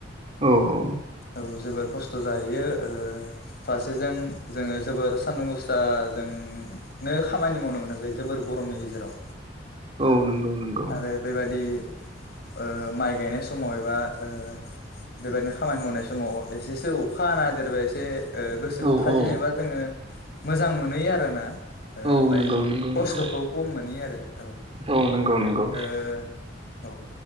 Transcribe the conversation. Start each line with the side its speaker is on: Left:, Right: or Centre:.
Right: औ औ
Left: औ जोबोर खस्थ' जाहैयो ओ फारसेजों जोङो जोबोर सान्दुं गोुस्रा जों नो खामानि मावनो गोनां जायो जोबोर गरमनि गेजेराव।
Right: औ नंगौ नंगौ।।
Left: आरो बेबादि ओ माइ गायनाय समाव एबा ओ बेबायदिनो खामानि मावनाय समाव एसेसो अखा हा नदेरबाय एसे ओ गोसोआव
Right: औ
Left: थाजिमबा
Right: औ
Left: जोङो मोजां मोनहोयो आरो ना। ओ
Right: औ
Left: बाय
Right: नंगौ नंगौ
Left: कस्तखौ
Right: नंगौ
Left: कम मोनयो आरो औ।
Right: औ नंगौ नंगौ।
Left: ओ औ